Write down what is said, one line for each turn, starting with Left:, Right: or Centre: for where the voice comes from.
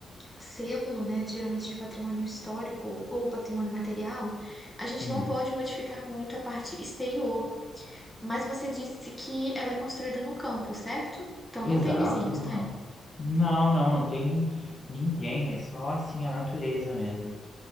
Centre: selo, né, geralmente de patrimônio histórico ou patrimônio material, a gente
Left: Hum,
Centre: não pode modificar muito a parte exterior. Mas você disse que ela é construída no campo, certo? Então
Left: exato,
Centre: não tem vizinhos,
Left: no
Centre: tá?
Left: campo. Não, não, não tem nin- ninguém. É só assim a natureza mesmo.